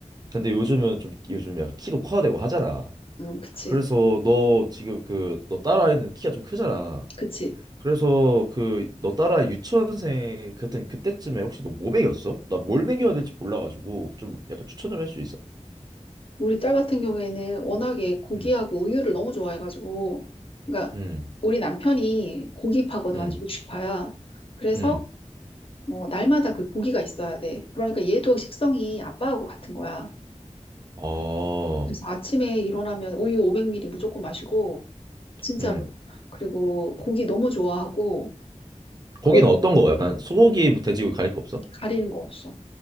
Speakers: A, on the right; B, on the left.
A: 근데 요즘은 좀, 요즘 약간 키도 커야 되고 하잖아.
B: 응, 그치,
A: 그래서 너 지금 그 너 딸아이는 키가 좀 크잖아.
B: 그치.
A: 그래서 그 너 딸아이 유치원생 그때 그때쯤에 혹시 너 뭐 먹였어? 나 뭘 먹여야 될지 몰라가지고 좀 약간 추천 좀 할 수 있어?
B: 우리 딸 같은 경우에는 워낙에 고기하고
A: 음.
B: 우유를 너무 좋아해가지고, 그러니까
A: 음,
B: 우리 남편이 고기파거든,
A: 음,
B: 완전 육식파야. 그래서
A: 음.
B: 뭐 날마다 그 고기가 있어야 돼. 그러니까 얘도 식성이 아빠하고 같은 거야.
A: 어,
B: 그래서 아침에 일어나면 우유 500ml 무조건 마시고, 진짜로.
A: 음.
B: 그리고 고기 너무 좋아하고,
A: 고기는
B: 그러다
A: 어떤 거? 약간 소고기, 뭐 돼지고기 가릴 거 없어?
B: 가리는 거 없어.